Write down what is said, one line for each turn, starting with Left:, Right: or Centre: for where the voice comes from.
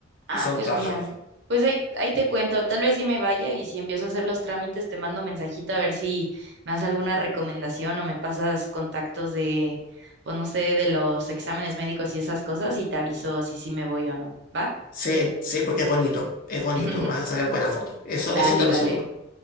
Right: Ah,
Left: y son
Right: pues
Left: trabajadores.
Right: mira, pues ahí, ahí te cuento, tal vez si me vaya y si empiezo a hacer los trámites te mando mensajito a ver si me das alguna recomendación o me pasas contactos de, pues no sé, de los exámenes médicos y esas cosas y te aviso si sí me voy o no, ¿va?
Left: Sí, sí, porque es bonito, es bonito.
Right: <laughs>
Left: Vas a sacar buenas fotos. Eso,
Right: Dale,
Left: eso te lo
Right: dale.
Left: aseguro.